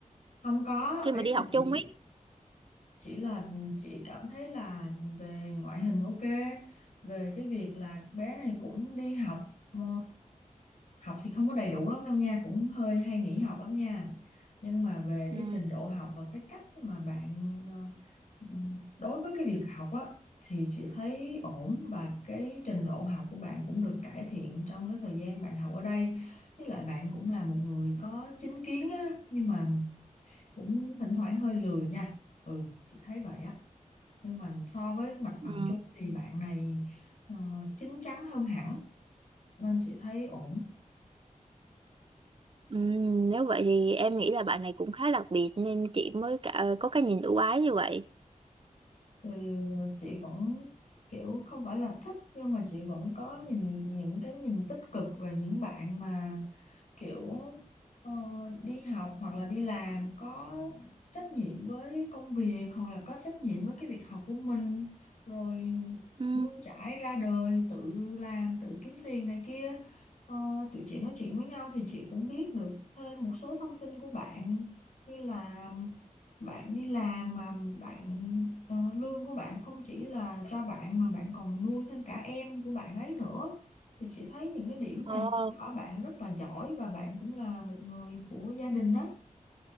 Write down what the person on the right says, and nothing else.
khi
mà đi
học
chung
ấy
ừ,
ừ,
ừ, nếu vậy thì em nghĩ là bạn này cũng khá đặc biệt nên chị mới cả, ờ, có cái nhìn ưu ái như vậy
ừ,
ờ,